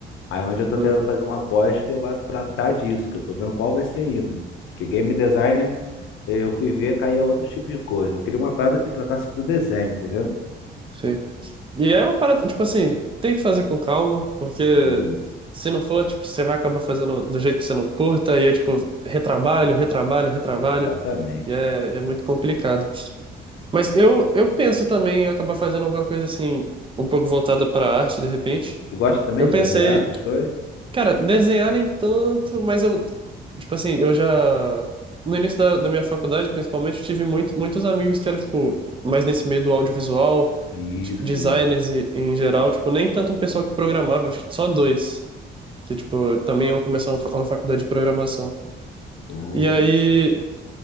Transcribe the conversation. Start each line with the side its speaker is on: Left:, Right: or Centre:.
Left: Aí é onde eu tô
Right: uhum.
Left: querendo fazer uma pós que eu vá tratar disso, que eu tô vendo qual vai ser ainda. Que game designer, eu fui ver, caía outro tipo de coisa. Eu queria uma parada que tratasse do desenho, entendeu?
Right: Sim. E é uma parada, tipo assim, tem que fazer com calma, porque
Left: Isso.
Right: se não for, tipo, você vai acabar fazendo do jeito que você não curta, e é tipo, retrabalho, retrabalho, retrabalho,
Left: Exatamente.
Right: e é, e é muito complicado. Mas eu, eu penso também em acabar fazendo alguma coisa assim, um pouco voltada para arte, de repente.
Left: Tu gosta também
Right: Eu
Left: de
Right: pensei,
Left: desenhar essas coisas?
Right: Cara, desenhar nem tanto, mas eu, tipo assim, eu já. No início da, da minha faculdade, principalmente, eu tive muito, muitos amigos que eram, tipo, mais nesse meio do audiovisual,
Left: Isso,
Right: de- designers
Left: isso.
Right: e- em geral, tipo, nem tanto um pessoal que programava, acho que só dois. Que, tipo, também eu comecei uma, fa- uma faculdade de programação.
Left: Pô.
Right: E aí,